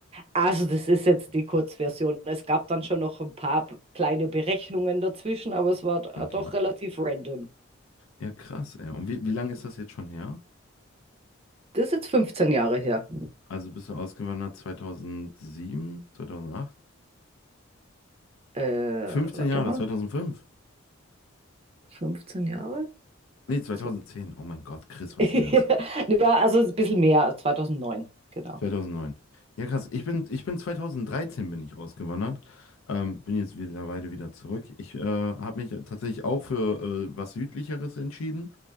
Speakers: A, on the right; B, on the left.
A: also das ist jetzt die Kurzversion. Es gab dann schon noch ein paar kleine Berechnungen dazwischen, aber es war doch
B: Okay.
A: relativ random.
B: Ja, krass, ey. Und wie, wie lange ist das jetzt schon her?
A: Das ist jetzt 15 Jahre her.
B: Also bist du ausgewandert 2007, 2008?
A: Äh,
B: 15
A: warte
B: Jahre,
A: mal,
B: 2005?
A: 15 Jahre?
B: Nee, 2010.
A: So.
B: Oh mein Gott, Chris, was
A: <laughs>
B: ist los?
A: Ja, also ein bisschen mehr, 2009, genau.
B: 2009. Ja, krass. Ich bin, ich bin 2013 bin ich ausgewandert. Ähm, bin jetzt mittlerweile wieder zurück. Ich äh, habe mich tatsächlich auch für äh, was Südlicheres entschieden,